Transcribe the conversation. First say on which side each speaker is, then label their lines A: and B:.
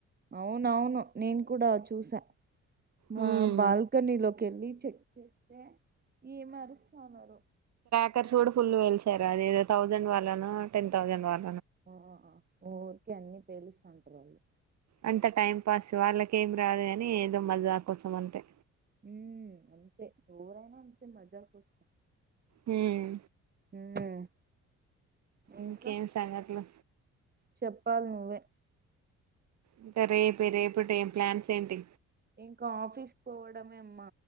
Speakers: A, on the right; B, on the right.
A: అవునవును నేను కూడా చూసా మా
B: హ్మ్
A: బాల్కనీ లోకి వెళ్ళి చెక్ చేస్తే ఏమరుసన్నారు
B: అక్కడ చూడు ఫుల్ వెళ్సారు అదేధో థౌసండ్ వాళ్నను టెన్ థౌసండ్ వాళ్
A: ఆ ఊరికకే అన్ని పేలుసన్టారు ఆల్
B: అంత టైం పాస్ వాళ్ళకేం రాదు కాని ఏదో మజ్జా కోసం అంతే
A: ఉ అంతే ఎరైనా అంతే మజ్జా కోసం
B: హ్మ్
A: ఉమ్మ్ ఇంకా
B: ఇంకేం సంగతులు
A: చెప్పాలి నువ్వే
B: ఇంకా రేపు రేపుటి ఏం ప్లాన్స్ ఏంటి
A: ఇంకా ఆఫీస్ పోవడమే అమ్మా